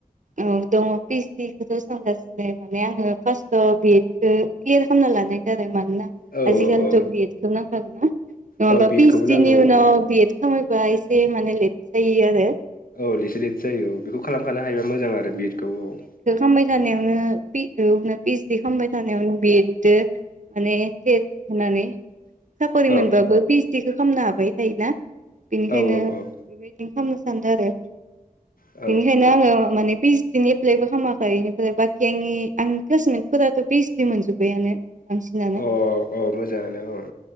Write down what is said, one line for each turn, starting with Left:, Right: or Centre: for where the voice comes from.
Right: औ दङ फि एस दि खौथ सानगासिनो माने आङो फार्स्ट बि क्लियार खालामना लानो नागिरदों आरो आं माने
Left: औ
Right: आजिखालि
Left: औ
Right: थ बिएदखौ नां ना नंअाबा
Left: औ बि एड
Right: पिएसदिनि
Left: खौबो नांगौ
Right: उनाव
Left: औ
Right: बिएद खामायबा एसे माने लेट जायो आरो
Left: औ एसे लेट जायो औ बेखौ खालामखानो हायोब मोजां आरो बि एड खौ औ
Right: खामबाय थानायावनो <inaudible> <inaudible> खामबाय थानायावनो बि एड दो माने टेट होनानै साख'रि
Left: औ
Right: मोनबाबो पि ओच डि खो खामनो हाबाय थायोना बेनिखायनो
Left: औ औ औ
Right: बेबायदिनो खामनो सानदो आरो
Left: अ
Right: बेनिखायनो आङो माने पि ओच डि नि एप्लाइबो खामाखै इनिफ्राय बाखि आंनि-आंनि क्लासमेटफोराथ' पि ओच डि मोनजोब्बायानो बांसिनानो
Left: औ-औ-औ-औ मोजाङानो औ